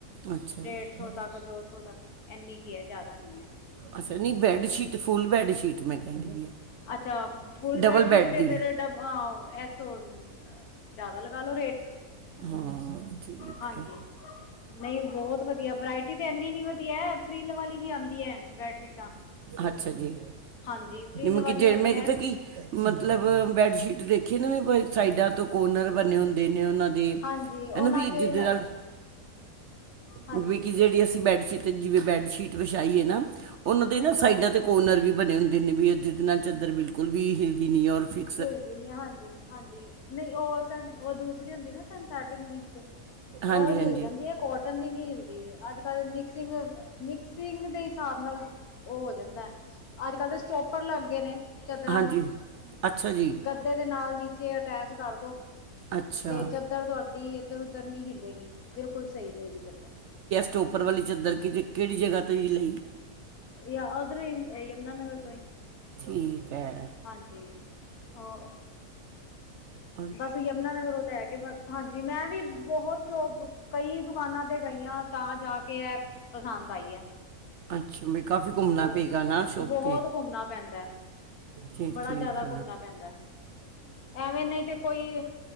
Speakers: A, on the right; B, on the left.
A: ਅੱਛਾ
B: ਡੇਢ
A: ਜੀ
B: ਸੌ ਤੱਕ, ਦੋ ਸੌ ਤੱਕ, ਇੰਨੀ ਕੀ ਹੈ, ਜਾਦਾ ਨੀ ਹੈ।
A: ਅੱਛਾ ਨੀ, ਬੈਡਸ਼ੀਟ, ਫੁਲ ਬੈਡਸ਼ੀਟ ਮੈਂ ਕਹਿੰਦੀ ਬੀ ਆ।
B: ਅੱਛਾ, ਫੁਲ
A: ਡਬਲ
B: ਬੇਡਸ਼ੀਟ
A: ਬੈੱਡ
B: ਤੇ
A: ਦੀ
B: ਫੇਰ ਡਬ ਆਓ ਏਹ ਸੋਲ ਜਾਦਾ ਲਗਾ ਲੋ ਰੇਟ।
A: ਹਾਂ। ਠੀਕ
B: ਹਾਂਜੀ,
A: ਹੈ
B: ਨਈ ਬਹੋਤ ਵਧੀਆ, ਵਰਾਇ ਟੀ ਤੇ ਏਨੀ-ਏਨੀ ਵਧੀਆ ਐ, ਫਰੀਲ ਵਾਲੀ ਵੀ ਆਂਦੀ ਐ ਬੈਡਸ਼ੀਟਾਂ।
A: ਅੱਛਾ ਜੀ,
B: ਹਾਂਜੀ ਫਰਿੱਲ
A: ਮਤਬ
B: ਵਾਲੀਆਂ
A: ਕਿ ਜੇ,
B: ਵੀ
A: ਮੈਂ
B: ਹੈ
A: ਕਿਤੇ ਕੀ ਮਤਲਬ ਬੈਡਸ਼ੀਟ ਦੇਖੀ ਨੂੰ ਵੀ ਬਈ, ਸਾਈਡਾਂ ਤੋਂ ਕੋਰਨਰ ਬਣੇ ਹੁੰਦੇ ਨੇ, ਉਹਨਾਂ ਦੇ,
B: ਹਾਂਜੀ ਉਹਨਾਂ
A: ਹਨਾ ਬੀ
B: 'ਚ
A: ਜਿੱਦੇ ਲਾਲ
B: ਹਾਂਜੀ
A: ਵਿਕੀ ਜੇਹੜੀ ਅਸੀਂ ਬੈਡਸੀਤ, ਜਿਵੇਂ ਬੈਡਸ਼ੀਟ ਵਿਛਾਈ ਏ ਨਾ ਔਨਾਂ
B: ਇਕੱਠੀ
A: ਦੇ ਨਾ ਸਾਈਡਾਂ ਤੇ ਕੋਰਨਰ ਵੀ ਬਣੇ ਹੁੰਦੇ ਨੇ, ਵੀ ਉਹ ਜਿਦੇ ਨਾਲ ਚਦਰ ਬਿਲਕੁਲ ਵੀ ਹਿਲਦੀ ਨਈ ਹੈ, ਔਰ ਫਿਰ
B: ਹਿਲਦੀ ਨੀ ਆ, ਹਾਂਜੀ-ਹਾਂਜੀ, ਨਈ ਔਹ ਸਨ, ਔਹ ਦੂਸਰੀ ਹੁੰਦੀ ਨਾ ਸਨਥੇਟਿਕ ਮਿਕਸ, ਔਹ
A: ਹਾਂਜੀ
B: ਹੀ
A: ਹਾਂਜੀ
B: ਹੋਈ ਜਾਂਦੀ ਹੈ ਕੋਟ ਟਨ ਦੀ ਨੀ ਹਿਲਦੀ, ਅੱਜ ਕੱਲ ਮਿਕਸਿੰਗ ਅ ਮਿਕਸਿੰਗ ਦੇ ਸਾਬ ਨਾਲ, ਔਹ ਹੋ ਜਾਂਦਾ ਏ, ਅੱਜ ਕੱਲ੍ਹ ਤੇ ਸਟੋਪਰ ਲੱਗ ਗਏ ਨੇ, ਚਦਰਾਂ
A: ਹਾਂਜੀ
B: ਨੂੰ।
A: ਅੱਛਾ ਜੀ
B: ਗੱਦੇ ਦੇ ਨਾਲ ਨੀਚੇ, ਅਟੈਚ ਕਰਦੋ।
A: ਅੱਛਾ
B: ਤੇ ਚਦਰ ਤੁਹਾਡੀ ਏਦਰ ਉਦਰ ਨਈ ਹਿਲੇਗੀ। ਬਿਲਕੁਲ ਸਈ ਰਹੇਗੀ ਚਦਰ।
A: ਤੇ ਉਪਰ ਵਾਲੀ ਚੱਦਰ, ਕਿਦੇ, ਕੇਹੜੀ ਜਗ੍ਹਾ ਤੋ ਈ ਲਈ?
B: ਯਾ ਓਧਰੋਂ ਈ, ਏਹ ਯਮੁਨਾਨਗਰ ਤੋਂ ਹੀ।
A: ਠੀਕ ਐ।
B: ਹਾਂਜੀ, ਹੋ।
A: ਹੂੰ।
B: ਬਸ ਯਮੁਨਾਨਗਰੋਂ ਲੈ ਕੇ, ਬ ਹਾਨ ਜੀ ਮੈਂ ਵੀ ਬਹੋਤ ਸ਼ੋਪ, ਕਈ ਦੁਕਾਨਾਂ ਤੇ ਗਈ ਆ, ਤਾਂ ਜਾ ਕੇ ਏਹ ਪਸੰਦ ਆਈ ਹੈ।
A: ਅੱਛਾ ਵੀ ਕਾਫੀ ਘੁੰਮਣਾ
B: ਬੋ,
A: ਪਏਗਾ ਨਾ ਸ਼ੋਪ
B: ਬਹੋਤ
A: ਤੇ
B: ਘੁੰਮਣਾ ਪੈਂਦਾ ਐ।
A: ਠੀਕ
B: ਬੜਾ
A: ਠੀਕ
B: ਜਿਆਦਾ ਘੁੰਮਣਾ ਪੈਂਦਾ ਐਵੇਂ ਨਹੀਂ ਤੇ ਕੋਈ